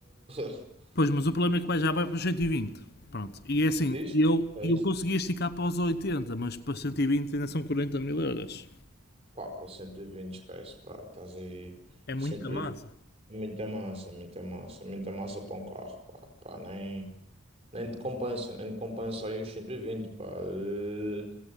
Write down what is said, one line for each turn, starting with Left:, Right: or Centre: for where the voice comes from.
Right: <laughs>
Left: Pois, mas o problema é que vai já vai para os 120. Pronto. E é assim,
Right: É Isto?
Left: eu,
Right: É
Left: eu
Right: isto?
Left: consegui esticar para os 80, mas para os 120 ainda são 40 mil euros.
Right: Pá, para 120, esquece, pá, estás aí.
Left: É muita
Right: cento
Left: massa.
Right: e vinte Muita massa, muita massa, muita massa para um carro, pá, pá, nem, nem te compensa, nem te compensa aí os 120, pá, eh,